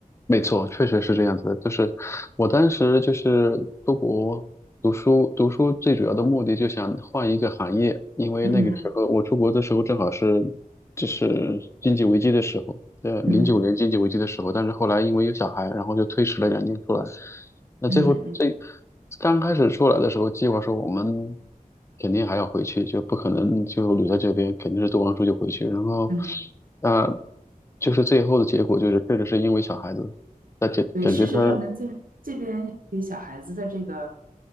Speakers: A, on the left (about 20°); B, on the right (about 70°).
A: 没错，确实是这样子的。就是我当时就是出国读书，读书最主要的目的就想换一个行业，因为那个时候我出国的时候正好是就是经济危机的时候，
B: 嗯
A: 呃，零九年经济危机的时候。
B: 嗯
A: 但是后来因为有小孩，然后就推迟了两年出来。那最后最
B: 嗯嗯。
A: 刚开始出来的时候，计划说我们肯定还要回去，就不可能就留在这边，肯定是读完书就回去。然后，
B: 嗯，
A: 呃，就是最后的结果就是确实是因为小孩子。那感感觉他
B: 对，事实证明这这边给小孩子的这个，